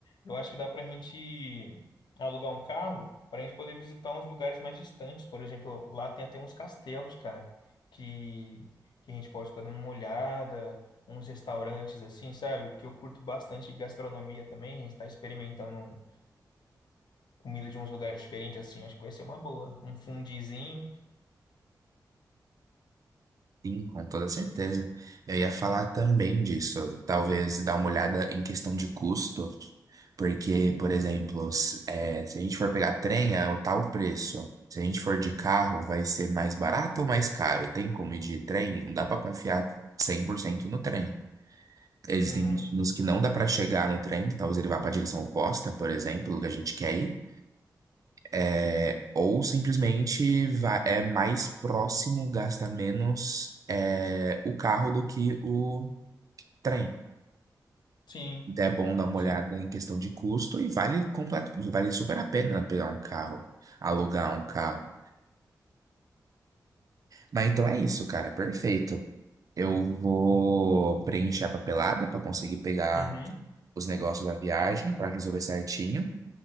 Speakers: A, on the left; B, on the right.
A: eu acho que dá para a gente alugar um carro para a gente poder visitar uns lugares mais distantes. Por exemplo, lá tem até uns castelos, cara, que, que a gente pode estar dando uma olhada, uns restaurantes assim, sabe? Porque eu curto bastante gastronomia também, a gente está experimentando. um- comida de uns lugares diferentes, assim, acho que vai ser uma boa. Um fundizinho.
B: Sim, com toda certeza. Eu ia falar também disso, talvez dar uma olhada em questão de custo, porque, por exemplo, se, é, se a gente for pegar trem, é o tal preço. Se a gente for de carro, vai ser mais barato ou mais caro? Tem como ir de trem? Não dá para confiar 100% no trem. Existem
A: Uhum.
B: destinos que não dá para chegar no trem, talvez ele vá para a direção oposta, por exemplo, que a gente quer ir. É, ou simplesmente vá, é mais próximo, gasta menos é, o carro do que o trem.
A: Sim,
B: Então é bom dar uma
A: sim.
B: olhada em questão de custo e vale, complet- vale super a pena pegar um carro, alugar um carro. Mas então é isso, cara, perfeito. Eu vou preencher a papelada para conseguir pegar
A: Uhum.
B: os negócios da viagem, para resolver certinho.